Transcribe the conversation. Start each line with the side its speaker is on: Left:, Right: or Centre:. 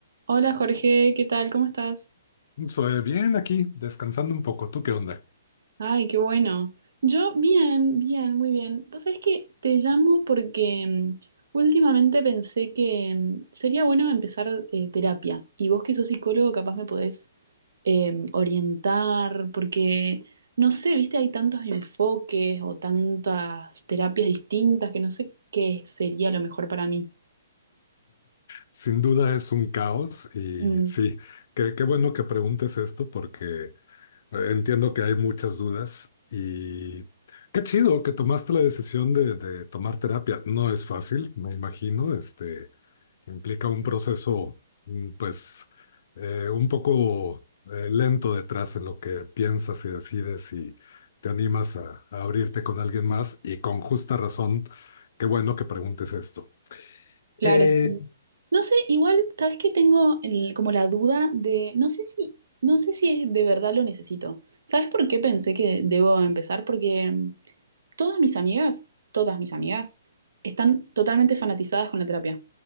Right: Hola Jorge, ¿qué tal? ¿Cómo estás?
Left: Soy bien aquí, descansando un poco. ¿Tú qué onda?
Right: Ay, qué bueno. Yo bien, bien, muy bien. Vos sabés que te llamo porque mm, últimamente pensé que mm, sería bueno empezar eh, terapia y vos que sos psicólogo capaz me podés eh, orientar porque, no sé, viste, hay tantos enfoques o tantas terapias distintas que no sé qué sería lo mejor para mí.
Left: Sin duda es un caos y
Right: Mm.
Left: sí, qué, qué bueno que preguntes esto porque eh, entiendo que hay muchas dudas y qué chido que tomaste la decisión de, de tomar terapia. No es fácil, me imagino, este, Implica un proceso, mm, pues, eh, un poco eh, lento detrás en lo que piensas y decides y te animas a, a abrirte con alguien más y con justa razón, qué bueno que preguntes esto.
Right: Claro,
Left: Eh,
Right: sí. No sé, igual, ¿sabes qué? Tengo el- como la duda de, no sé si, no sé si es de verdad lo necesito. ¿Sabes por qué pensé que debo empezar? Porque mm, todas mis amigas, todas mis amigas, están totalmente fanatizadas con la terapia.